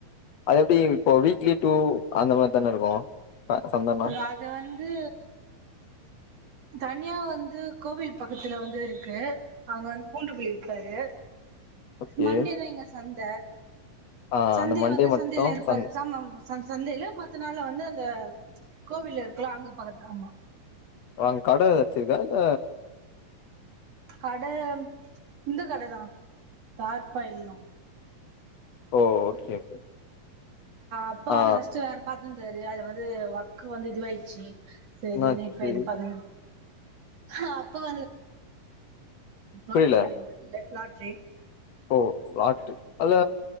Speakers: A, on the left; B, on the right.
A: அது எப்படி இப்போ வீக்லி டுஅந்த மாதிரி தானே இருக்கு ச சந்தனா
B: அ அது வந்து. தனியா வந்து. கோவில் பக்கத்துல வந்து இருக் இருக்கு அங்க வந்து பூண்டு புளி விப்பாரு.
A: ஓகே
B: மண்டே தான் இங்க சந்த
A: ஆ
B: சந்தைய
A: அந்த மண்டே
B: வந்து
A: மட்டு
B: சந்தையில இருப்பது
A: சந்
B: ஆம. ச சந்தையில மத்த நாள்ல வந்து அந்த. கோவில் இருக்குலா அங்க பக்கத்துல ஆமா.
A: வாங்க கட எதாச்சிருக்கா இல்ல.
B: கட இந்த கடதான் தார்ப்பா இதுதான்.
A: ஓ ஓகே ஓகே.
B: அப்ப வந்து
A: ஆ
B: ஃர்ஸ்ட் வேற பாத். ந்தாரு அதது வந்து ஒர்க்க வந்து இதுவாயிச்சு. செரி
A: என்னாச்சு
B: நீ இப்ப எது ப்த்தங்க. ஆ அப்போ வந்து. லாட்ரி
A: புரியல
B: பண்ணியிருந்தது லாரி. தே
A: ஓ லாட்ரி அல்ல